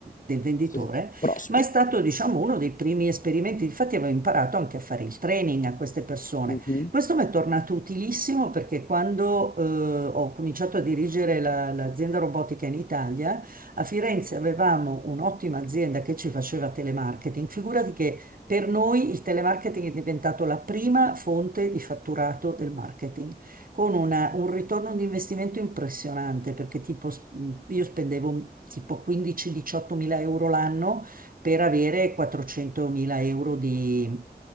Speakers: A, on the right; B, on the left.
A: del venditore,
B: sì, prospect.
A: ma è stato, diciamo, uno dei primi esperimenti. Infatti avevo imparato anche a fare il training a queste persone.
B: Mhm.
A: Questo mi è tornato utilissimo perché quando eh, ho cominciato a dirigere la- l'azienda robotica in Italia, a Firenze avevamo un'ottima azienda che ci faceva telemarketing. Figurati che per noi il telemarketing è diventato la prima fonte di fatturato del marketing, con una- un ritorno di investimento impressionante, perché tipo, s- io spendevo tipo 15-18 mila euro l'anno per avere 400 mila euro di,